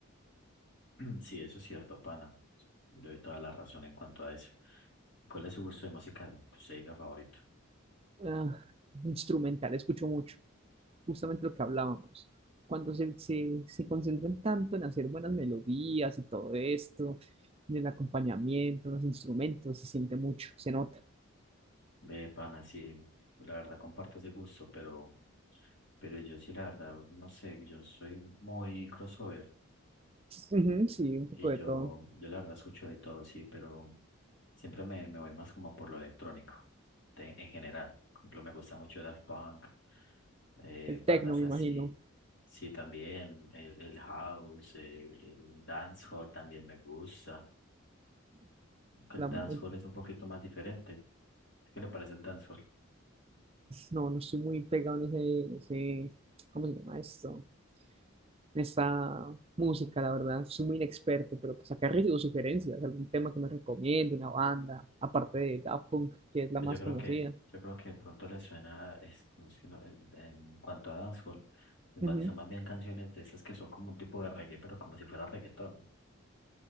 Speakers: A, on the left; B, on the right.
A: <clears throat> sí, eso es cierto, pana, le doy toda la razón en cuanto a eso. ¿Cuál es su gusto de música que usted diga favorito?
B: ah, instrumental, escucho mucho, justamente lo que hablábamos. Cuando se, se, se concentran tanto en hacer buenas melodías y todo esto, en el acompañamiento, los instrumentos, se siente mucho, se nota.
A: Ve, pana, sí, la verdad comparto ese gusto, pero, pero yo sí, la verdad, no sé, yo soy muy crossover
B: Ujú, <laughs> Sí, un poco
A: y
B: de
A: yo,
B: todo.
A: yo la verdad escucho de todo, sí, pero siempre me, me voy más como por lo electrónico, de- en general. Por ejemplo, me gusta mucho Daft Punk, eh,
B: El
A: bandas
B: tecno, me
A: así,
B: imagino.
A: sí, también, el, el house, eh, el dancehall también me gusta. aunque
B: La-
A: El dancehall
B: el-
A: es un poquito más diferente. ¿Qué le parece el dancehall?
B: no, no estoy muy pegado en ese, ese, ¿cómo se llama esto? esta música, la verdad. Soy muy inexperto, pero pues acá recibo sugerencias, algún tema que me recomiende, una banda, aparte de Daft Punk, que es la
A: pues
B: más
A: Yo creo
B: conocida.
A: que, yo creo que de pronto les suena es, como si no- en, en cuanto a dancehall, es más,
B: Ujú,
A: son más bien canciones de esas que son como un tipo de reggae, pero como si fuera reggaetón.